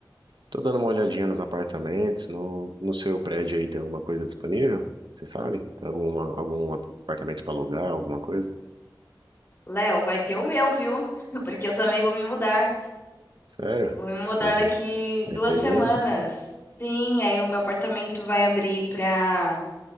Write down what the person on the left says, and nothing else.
Léo, vai ter o meu, viu? <laughs> Porque eu também vou me mudar.
Eu vou me mudar
daqui
duas
semanas.
Sim, aí o meu apartamento vai abrir pra